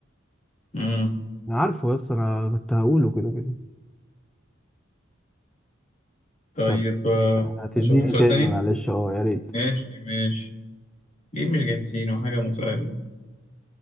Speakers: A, on the left; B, in the centre.
A: ديجول
B: انا عارفه يس انا كنت هقوله كده كده
A: طيب
B: طيب
A: آه،
B: هتديني
A: أشوف لك سؤال
B: تاني
A: تاني
B: معلش اه يا ريت
A: ماشي ماشي ليه مش جاهزين وحاجة متعبة